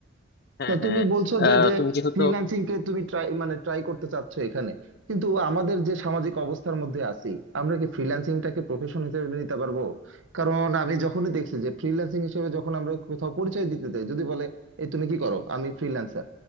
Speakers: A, on the left; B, on the right.
A: হ্যাঁ
B: তা
A: হ্যাঁ
B: তুমি বলছো যে
A: আহ,
B: যে
A: তুমি যেহেতু
B: ফ্রিল্যান্সিং কে তুমি ট্রাই মানে ট্রাই করতে চাচ্ছ এখানে কিন্তু আমাদের যে সামাজিক অবস্থার মধ্যে আছি আমরা কি ফ্রিল্যান্সিং টাকে প্রফেশন হিসেবে মেনে নিতে পারবো কারণ আমি যখনই দেখছি যে ফ্রিল্যান্সিং হিসেবে যখন আমরা কোথাও পরিচয় দিতে যাই যদি বলে এই তুমি কি করো আমি ফ্রিল্যান্সার